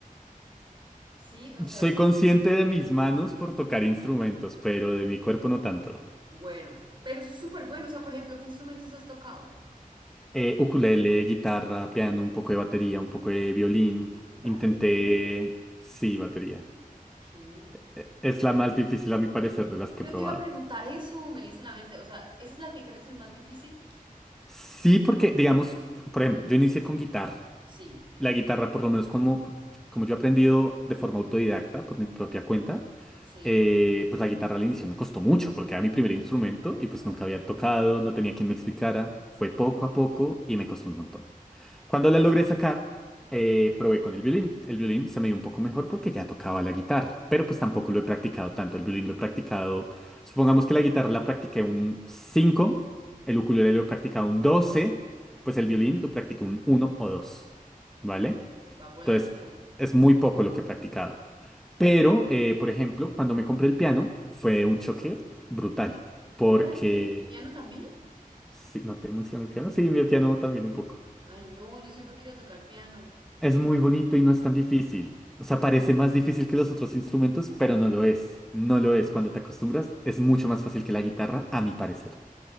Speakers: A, on the right; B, in the centre.
A: ¿sí? O sea,
B: Soy
A: como-
B: consciente de mis manos por tocar instrumentos, pero de mi cuerpo no tanto.
A: bueno, pero eso es súper bueno, o sea, por ejemplo, ¿qué instrumentos has tocado?
B: Eh, ukulele, guitarra, piano, un poco de batería, un poco de violín.
A: ¿Batería?
B: Intenté... Sí, batería.
A: ¿Qué?
B: Eh, Es la más difícil a mi parecer de las que
A: Yo
B: he probado.
A: te iba a preguntar eso, me leíste la mente. O sea, ¿esa es la que crees que es más difícil?
B: Sí, porque, digamos, por ejemplo, yo inicié con guitarra.
A: Sí,
B: La guitarra, por lo menos como, como yo he aprendido de forma autodidacta, por mi propia cuenta,
A: sí,
B: Eh, pues la guitarra al inicio me costó mucho porque era mi primer instrumento y pues
A: claro,
B: nunca había tocado, no tenía quien me explicara. Fue poco a poco y me costó un montón. Cuando la logré sacar, eh, probé con el violín. El violín se me dio un poco mejor porque ya tocaba la guitarra, pero pues
A: claro.
B: tampoco lo he practicado tanto. El violín lo he practicado, supongamos que la guitarra la practiqué un 5, el ukulele lo he practicado un 12, pues el violín lo practiqué un uno o 2, ¿vale?
A: Va volando.
B: Entonces, es muy poco lo que he practicado. Pero, eh, por ejemplo, cuando me compré el piano, fue un choque brutal. Porque...
A: Espérate, ¿piano también?
B: Sí, ¿no te menciono el piano? Sí, mi piano también un poco.
A: Ay, no, yo siempre quería tocar piano.
B: Es muy bonito y no es tan difícil. O sea, parece más difícil que los otros instrumentos, pero no lo es. No lo es. Cuando te acostumbras, es mucho más fácil que la guitarra, a mi parecer.